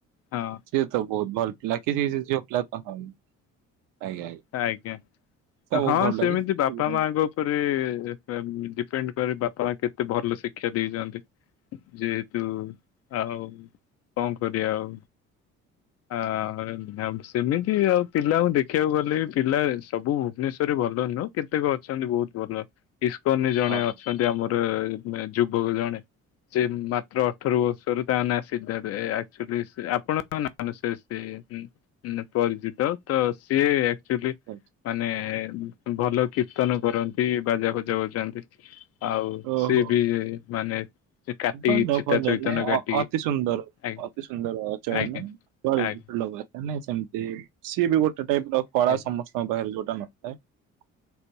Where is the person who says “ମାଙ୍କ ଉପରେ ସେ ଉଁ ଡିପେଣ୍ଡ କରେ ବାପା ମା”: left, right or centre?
Left